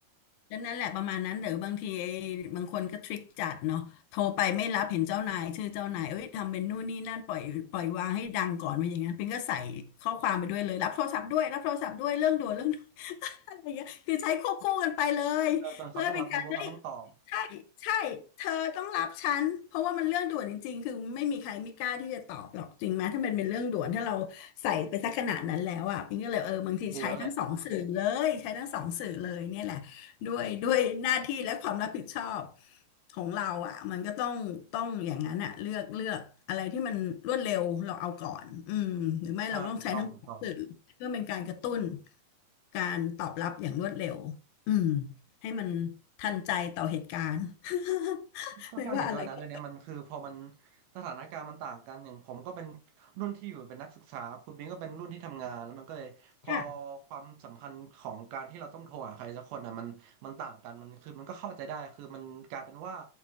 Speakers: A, on the left; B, on the right.
A: ก็นั่นแหละประมาณนั้นหรือบางทีไอ้บางคนก็ทริคจัดเนาะโทรไปไม่รับเห็นเจ้านายชื่อเจ้านายเอ้ยทำเป็นนู่นนี่นั่นปล่อยปล่อยวางให้ดังก่อนไปอย่างนั้นปิงก็ใส่ข้อความไปด้วยเลยรับโทรศัพท์ด้วยรับโทรศัพท์ด้วยเรื่องด่วนเรื่องด่วนอะไรเงี้ยคือใช้ควบคู่กันไปเลยเพื่อเป็นการได้
B: ตออจนเขาต้องรับรู้ว่าเขาต้องตอบ
A: ใช่ใช่เธอต้องรับฉันเพราะว่ามันเรื่องด่วนจริงๆคือไม่มีใครไม่กล้าที่จะตอบหรอกจริงไหมถ้ามันเป็นเรื่องด่วนถ้าเราใส่ไปสักขนาดนั้นแล้วอ่ะปิงก็เลยเออบางทีใช้ทั้งสองสื่อเลยใช้ทั้งสองสื่อเลยเนี่ยแหละ
B: ดูแล้วแหละ
A: ด้วยด้วยหน้าที่และความรับผิดชอบของเราอ่ะมันก็ต้องต้องอย่างนั้นอ่ะเลือกเลือกอะไรที่มันรวดเร็วเราเอาก่อนอืมหรือไม่เราต้องใช้ทั้งสองสื่อเพื่อเป็นการกระตุ้น
B: ใช่ถูกต้องถูกต้อง
A: การตอบรับอย่างรวดเร็วอืม ให้มันทันใจต่อเหตุการณ์ <laughs>
B: ค่อนข้างเห็นด้วยนะเรื่องเนี้ยมันคือพอมัน
A: ไม่ว่าอะไรก็
B: สถานการณ์มันต่างกันอย่างผมก็เป็นรุ่นที่อยู่เป็นนักศึกษาคุณบิงก็เป็นรุ่นที่ทำงานแล้วมันก็เลยพอ
A: ค่ะ
B: ความสำคัญของการที่เราต้องโทรหาใครสักคนอ่ะมันมันต่างกันมันคือมันก็เข้าใจได้คือมันกลายเป็นว่า